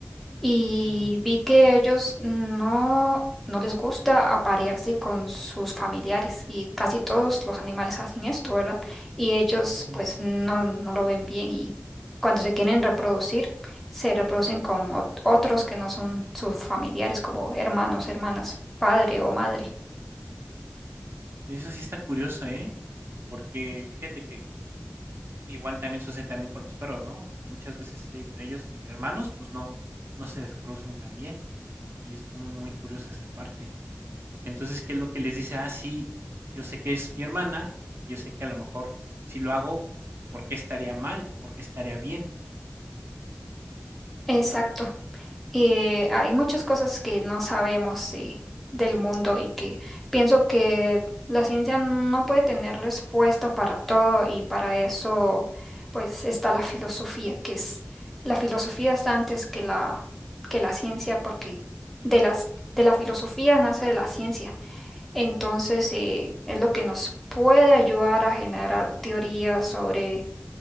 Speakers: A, in the centre; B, on the right (about 55°).
A: y
B: ujú,
A: vi que ellos no, no les gusta aparearse con sus familiares y casi todos los animales hacen esto, ¿verdad? Y ellos
B: ujú.
A: pues no, no lo ven bien y cuando se quieren reproducir, se reproducen con ot- otros que no son sus familiares como hermanos, hermanas, padre o madre.
B: Eso sí está curioso, ¿eh? Porque fíjate que igual también sucede también con los perros, ¿no? O sea, muchas veces entre ellos, entre hermanos, pues no, no se producen tan bien. Y es muy, muy curiosa esa parte, porque entonces, ¿qué es lo que les dice? Ah, sí, yo sé que es mi hermana, y yo sé que a lo mejor si lo hago, ¿por qué estaría mal o por qué estaría bien?
A: Exacto.
B: ¿Sabes?
A: Y hay muchas cosas que no sabemos eh, del mundo y que pienso que la ciencia no puede tener respuesta para todo y para eso pues está la filosofía, que es la filosofía está antes que la que la ciencia porque de las de la filosofía nace la ciencia. Entonces eh, es lo que nos puede ayudar a generar teorías sobre